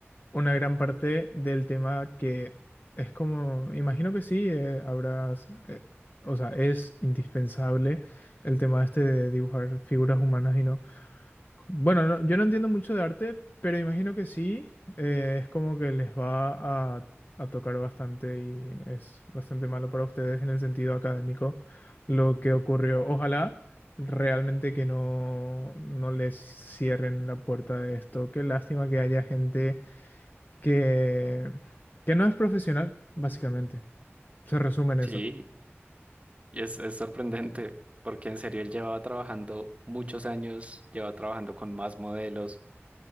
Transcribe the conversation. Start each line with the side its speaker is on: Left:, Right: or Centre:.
Left: una gran parte del tema que es como, imagino que sí, eh, habrás, eh, o sea, es indispensable el tema este de dibujar figuras humanas y no. Bueno, no- yo no entiendo mucho de arte, pero imagino que sí. eh, es como que les va a, a tocar bastante y es bastante malo para ustedes en el sentido académico lo que ocurrió. Ojalá realmente que no, no les cierren la puerta de esto. Qué lástima que haya gente que, que no es profesional, básicamente. Se resume en
Right: sí,
Left: eso.
Right: y es, es sorprendente porque en serio él llevaba trabajando muchos años, llevaba trabajando con más modelos